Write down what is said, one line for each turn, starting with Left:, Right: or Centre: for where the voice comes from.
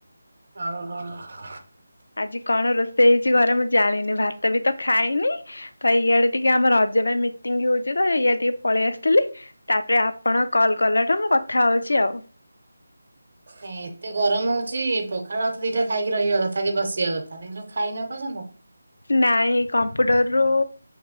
Right: ଅ ହ
Left: ଆଜି କଣ ରୋଷେଇ ହେଇଚି ଘରେ ମୁଁ ଜାଣିନି ଭାତ ବି ତ ଖାଇନି। ତ ଇଆଡେ ଟିକେ ଆମ ରଜ ଟା ମିଟିଙ୍ଗ ହୋଉଚି ତ ଇଆଡେ ଟିକେ ପଳେଇ ଆସିଥିଲି। ତାପରେ ଆପଣ କଲ୍ କଲାଠୁ ମୁଁ କଥା ହୋଉଚି ଆଉ।
Right: ନାଇଁ ଏତେ ଗରମ ହୋଉଚି ପଖାଳ ଭାତ ଦିଟା ଖାଇକି ରହିବା କଥା କି ବସିବା କଥା କିନ୍ତୁ ଖାଇନଏ ପର୍ଯନ୍ତ।
Left: ନାଇଁ କମ୍ପ୍ୟୁଟରରୁ